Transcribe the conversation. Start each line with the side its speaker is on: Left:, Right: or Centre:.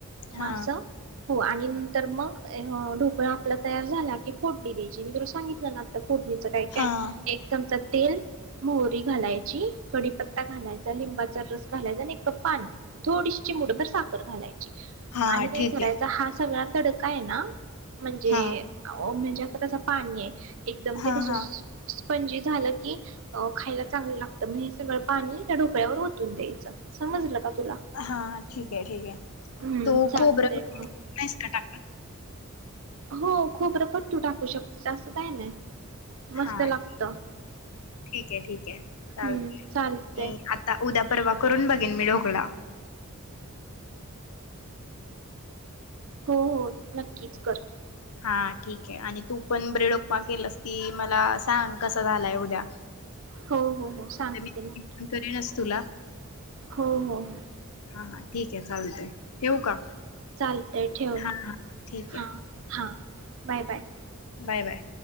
Left: हा
Right: म आस हो आणि नंतर मग <unintelligible> <unintelligible> आपला तयार झाला की फोडली द्यायची मी तुला सांगीतलं ना आता फोडणीच काय काय
Left: हा
Right: एक चमचा तेल मोहरी घालायची, कडीपत्ता घालायचा, लिंबाचा रस घालायचा आणि एक कप पाणी, थोडीशी चिमटभर साखर घालायची.
Left: हा
Right: आणि काय
Left: ठीक
Right: करायचा
Left: आहे
Right: हा सगळा तडका आहे ना, म्हणजे
Left: हा
Right: ओ म्हणजे कस पाणीय एकदम
Left: हा
Right: ते कसं
Left: हा
Right: <unintelligible> स्पंजी झालं की अ खायला चांगलं लागत मग हे सगळं पाणी त्या ढोकळ्यावर ओतून द्यायचं, समजलं का. तुला
Left: हा ठीकय ठीकय.
Right: हम्म
Left: तू
Right: चालतय
Left: खोबरं
Right: मग
Left: <unintelligible> नाहीस का टाकत?
Right: हो खोबरं पण तू टाकू शकतीस, असं काय नाही. मस्त
Left: हा
Right: लागतं
Left: ठीकय ठीकय चाल
Right: हम्म चालतंय
Left: अ आता उद्या परवा करून बघेन मी ढोकला.
Right: हो- हो नक्कीच कर.
Left: हा ठीक आहे आणि तू पण ब्रेड उपमा केलस की मला सांग कसं झालाय उद्या.
Right: हो हो. हो सांगते
Left: उद्या मी
Right: नक्की.
Left: पण करेनच तुला
Right: हो हो हो.
Left: हा हा ठीक आहे चालतय. ठेऊ का?
Right: चालतय ठेव,
Left: हा हा ठीक
Right: हा
Left: आहे
Right: -हा बाय - बाय.
Left: Bye - bye.